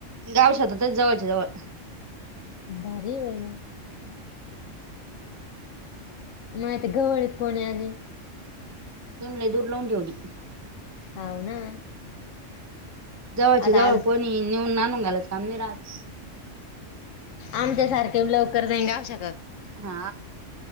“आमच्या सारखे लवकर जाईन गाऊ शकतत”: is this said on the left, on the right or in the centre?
Left